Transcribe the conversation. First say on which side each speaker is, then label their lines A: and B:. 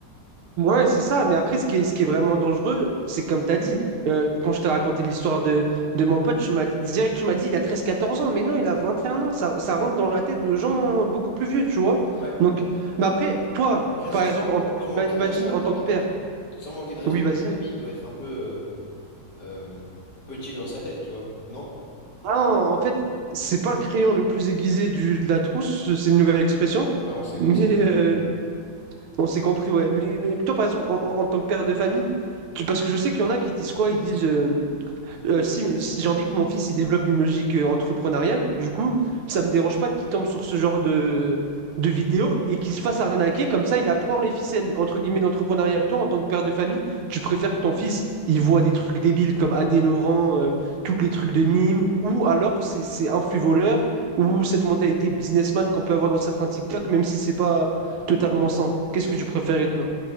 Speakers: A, on the right (about 80°); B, on the left (about 55°).
A: Ouais,
B: Et en fait,
A: c'est ça.
B: c'est-
A: Mais après, ce qui est, ce qui est vraiment dangereux, c'est comme tu as dit, euh, quand je t'ai raconté l'histoire de, de mon pote, tu m'as dit, direct, tu m'as dit, il a treize quatorze ans. Mais non, il a 21 ans. Ça, ça rentre dans la tête de gens beaucoup plus vieux, tu vois.
B: Ouais.
A: Donc, mais après, toi,
B: Après, c'est
A: par exemple,
B: sans,
A: en tant-
B: sans manquer
A: ima- imagine
B: de respect à
A: en
B: ton,
A: tant que père.
B: sans manquer de respect
A: Oui, vas-y.
B: à ton ami, il doit être un peu... euh, euh, petit dans sa tête, tu vois. Non?
A: Ah, en fait, c'est pas le crayon le plus aiguisé du, de la trousse, c'est une nouvelle expression.
B: Ouais, on s'est,
A: Mais
B: on s'est compris,
A: euh,
B: ouais.
A: on s'est compris, ouais. Mais, mais toi, par exemple, en, en- en tant que père de famille, tu- parce que je sais qu'il y en a qui disent quoi? Ils disent. Euh, si, mais si j'ai envie que mon fils il développe une logique euh, entrepreneuriale, du coup, ça me dérange pas qu'il tombe sur ce genre de, de vidéo et qu'il se fasse arnaquer. Comme ça, il apprend les ficelles, entre guillemets, d'entrepreneurial. Toi, en tant que père de famille, tu préfères que ton fils il voit des trucs débiles comme Adé Laurent, euh, tous les trucs de mime, ou alors c'est c'est un flux voleur, ou cette mentalité businessman qu'on peut avoir dans certains TikTok, même si c'est pas totalement sain. Qu'est-ce que tu préférais, toi?